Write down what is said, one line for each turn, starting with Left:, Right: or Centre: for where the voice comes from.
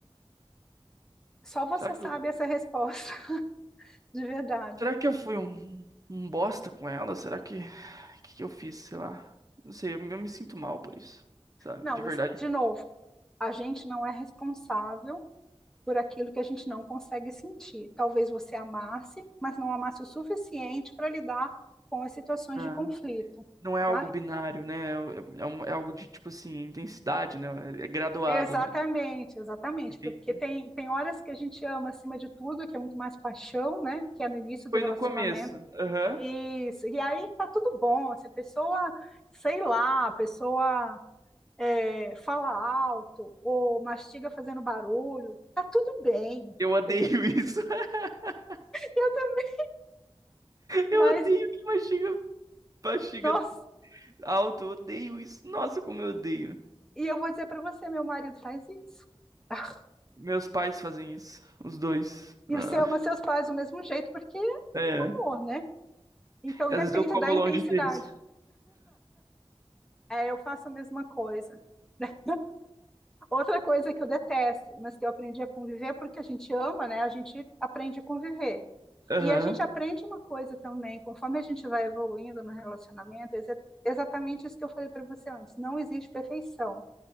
Centre: Só você
Right: Será que
Centre: sabe
Right: eu,
Centre: essa resposta, <laughs> de verdade.
Right: será que eu fui um, um bosta com ela? Será que. O que que eu fiz? Sei lá. Não sei, eu, me eu me sinto mal por isso, sabe?
Centre: Não,
Right: De
Centre: você-
Right: verdade.
Centre: de novo, a gente não é responsável por aquilo que a gente não consegue sentir. Talvez você amasse, mas não amasse o suficiente para lidar com as situações
Right: Ah.
Centre: de conflito,
Right: Não é
Centre: tá?
Right: algo binário, né? É, é um- é algo de, tipo assim, intensidade, né? É é graduado,
Centre: Exatamente,
Right: né?
Centre: exatamente,
Right: Entendi.
Centre: porque tem, tem horas que a gente ama acima de tudo, que é muito mais paixão, né? Que é no início do
Right: Foi
Centre: relacionamento.
Right: no começo. Aham.
Centre: Isso, e aí tá tudo bom. Se a pessoa, sei lá, a pessoa é, fala alto ou mastiga fazendo barulho, tá tudo bem,
Right: Eu odeio
Centre: entendeu?
Right: isso. <laughs>
Centre: Eu também, mas,
Right: Eu odeio que mastiga. Bexiga
Centre: nossa,
Right: alto, eu odeio isso. Nossa, como eu odeio.
Centre: E eu vou dizer para você, meu marido faz isso. <laughs>
Right: Meus pais fazem isso, os dois.
Centre: E
Right: Ah,
Centre: você ama seus pais do mesmo jeito, porque
Right: é.
Centre: é amor, né? Então
Right: E
Centre: depende
Right: às vezes eu como
Centre: da intensidade.
Right: longe deles.
Centre: É, eu faço a mesma coisa. né? Outra coisa que eu detesto, mas que eu aprendi a conviver, porque a gente ama, né? A gente aprende a conviver.
Right: Aham.
Centre: E a gente aprende uma coisa também, conforme a gente vai evoluindo no relacionamento, é exa- exatamente isso que eu falei para você antes. Não existe perfeição.